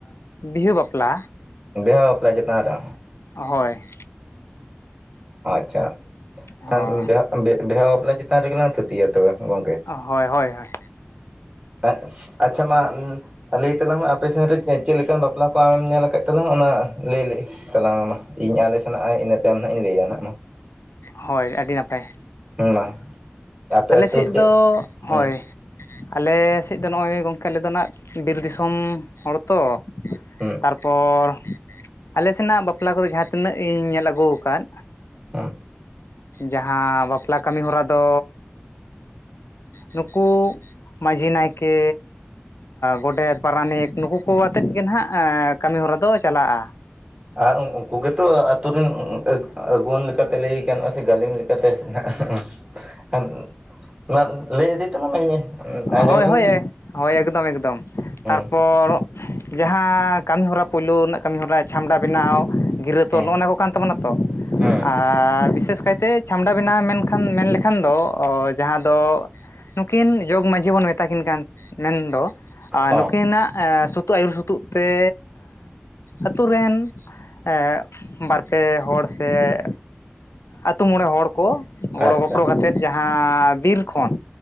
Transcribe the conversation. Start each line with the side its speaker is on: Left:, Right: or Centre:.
Left: ᱵᱤᱦᱟᱹ ᱵᱟᱯᱞᱟ᱾
Right: ᱵᱤᱦᱟᱹ ᱵᱟᱯᱞᱟ ᱪᱮᱛᱟᱱ‌ᱨᱮ?
Left: ᱦᱚᱭ᱾
Right: ᱟᱪᱪᱷᱟ
Left: ᱦᱳᱭ
Right: ᱛᱟᱦᱟᱱ ᱵᱟ ᱵᱤᱦᱟᱹ ᱵᱟᱯᱞᱟ ᱪᱮᱛᱟᱱ ᱨᱮᱜᱮᱞᱟᱝ ᱛᱷᱩᱛᱤᱭᱟ ᱛᱚᱵᱮ ᱜᱚᱝᱠᱮ᱾
Left: ᱦᱳᱭ ᱦᱳᱭ ᱦᱳᱭ᱾
Right: <unintelligible> ᱟᱪᱪᱷᱟ ᱢᱟ ᱞᱟᱹᱭ ᱛᱟᱞᱟᱝ ᱢᱮ ᱟᱯᱮ ᱥᱮᱱ ᱨᱮ ᱪᱮᱫ ᱞᱮᱠᱟᱱ ᱵᱟᱯᱞᱟ ᱠᱚ ᱟᱢᱮᱢ ᱧᱮᱞ ᱟᱠᱟᱫ ᱛᱟᱞᱟᱝ ᱚᱱᱟ ᱞᱟᱹᱭ ᱞᱮ ᱛᱟᱞᱟᱝ ᱢᱮ ᱢᱟ ᱤᱧ ᱟᱞᱮ ᱥᱮᱱᱟᱜ ᱤᱱᱟᱹ ᱛᱟᱭᱚᱢ ᱱᱟᱦᱟᱜ ᱤᱧ ᱞᱟᱹᱭᱟ ᱱᱟᱜ ᱢᱟ᱾
Left: ᱦᱳᱭ ᱟᱹᱰᱤ ᱱᱟᱯᱟᱭ,
Right: ᱦᱮᱸ ᱢᱟ ᱟᱯᱮ
Left: ᱟᱞᱮ
Right: ᱟᱹᱛᱩ
Left: ᱥᱮᱫ
Right: ᱨᱮ ᱪᱮᱫ
Left: ᱫᱚ
Right: ᱦᱩᱸ
Left: ᱦᱳᱭ᱾ ᱟᱞᱮ ᱥᱮᱫ ᱫᱚ ᱱᱚᱜᱼᱚᱭ ᱜᱚᱝᱠᱮ ᱟᱞᱮ ᱫᱚ ᱟᱸᱜ ᱵᱤᱨ ᱫᱤᱥᱚᱢ ᱦᱚᱲ ᱛᱚ
Right: ᱦᱩᱸ
Left: ᱛᱟᱨᱯᱚᱨ᱾ ᱟᱞᱮ ᱥᱮᱱᱟᱜ ᱵᱟᱯᱞᱟ ᱠᱚᱨᱮ ᱡᱟᱦᱟᱸ ᱛᱤᱱᱟᱹᱜ ᱤᱧ ᱧᱮᱞ ᱟᱹᱜᱩ ᱟᱠᱟᱫ᱾
Right: ᱦᱩᱸ
Left: ᱡᱟᱦᱟᱸ ᱵᱟᱯᱞᱟ ᱠᱟᱹᱢᱤ ᱦᱚᱨᱟ ᱫᱚ ᱱᱩᱠᱩ ᱢᱟᱺᱡᱷᱤ ᱱᱟᱭᱠᱮ ᱜᱚᱰᱮᱛ ᱯᱟᱨᱟᱱᱤᱠ ᱱᱩᱠᱩ ᱠᱚ ᱟᱛᱮᱫ ᱜᱮ ᱱᱟᱦᱟᱜ ᱠᱟᱹᱢᱤ ᱦᱚᱨᱟ ᱫᱚ ᱪᱟᱞᱟᱜᱼᱟ᱾
Right: ᱟᱨ ᱩᱱᱠᱩ ᱜᱮᱛᱚ ᱟᱛᱳ ᱨᱮᱱ ᱟᱹ ᱟᱹᱜᱩᱣᱟᱹᱱ ᱞᱮᱠᱟᱛᱮ ᱞᱟᱹᱭ ᱜᱟᱱᱚᱜᱼᱟ, ᱥᱮ ᱜᱟᱹᱞᱤᱢ ᱞᱮᱠᱟᱛᱮ <unintelligible> ᱱᱚᱣᱟ ᱞᱟᱹᱭ ᱤᱫᱤ ᱛᱟᱞᱟᱝ ᱢᱮ᱾
Left: ᱦᱳᱭ
Right: ᱟᱸᱡᱚᱢᱮᱫ ᱟᱹᱧ
Left: ᱦᱳᱭ ᱦᱳᱭ, ᱮᱠᱫᱚᱢ ᱮᱠᱫᱚᱢ
Right: ᱦᱩᱸ
Left: ᱛᱟᱨᱯᱚᱨ ᱡᱟᱦᱟᱸ ᱠᱟᱹᱢᱤ ᱦᱚᱨᱟ ᱯᱳᱭᱞᱳ ᱨᱮᱱᱟᱜ ᱠᱟᱹᱢᱤ ᱦᱚᱨᱟ ᱪᱷᱟᱢᱰᱟ ᱵᱮᱱᱟᱣ ᱜᱤᱨᱟᱹ ᱛᱚᱞ
Right: ᱦᱩᱸ
Left: ᱱᱚᱜᱼᱚ ᱱᱚᱣᱟ ᱠᱚ ᱠᱟᱱ ᱛᱟᱵᱚᱱᱟ ᱛᱚ?
Right: ᱦᱩᱸ
Left: ᱟᱨ ᱵᱤᱥᱮᱥ ᱠᱟᱭ ᱛᱮ ᱪᱷᱟᱢᱰᱟ ᱵᱮᱱᱟᱣ ᱢᱮᱱᱠᱷᱟᱱ ᱢᱮᱱ ᱞᱮᱠᱷᱟᱱ ᱫᱚ ᱡᱟᱦᱟᱸ ᱫᱚ ᱱᱩᱠᱤᱱ ᱡᱚᱜᱽ ᱢᱟᱺᱡᱷᱤ ᱵᱚᱱ ᱢᱮᱛᱟ ᱠᱤᱱ ᱠᱟᱱ ᱢᱮᱱᱫᱚ ᱟᱨ
Right: ᱦᱚᱸ
Left: ᱱᱩᱠᱤ ᱱᱟᱜ ᱥᱩᱛᱩᱜ ᱟᱹᱭᱩᱨ ᱥᱩᱛᱩᱜ ᱛᱮ ᱟᱛᱩ ᱨᱮᱱ ᱮ ᱵᱟᱨ ᱯᱮ ᱦᱚᱲ ᱥᱮ ᱟᱛᱳ ᱢᱚᱬᱮ ᱦᱚᱲ᱾ ᱠᱚ ᱜᱚᱲᱚ
Right: ᱟᱪᱪᱷᱟ
Left: ᱜᱚᱯᱚᱲᱚ ᱠᱟᱛᱮ ᱡᱟᱦᱟᱸ ᱵᱤᱨ ᱠᱷᱚᱱ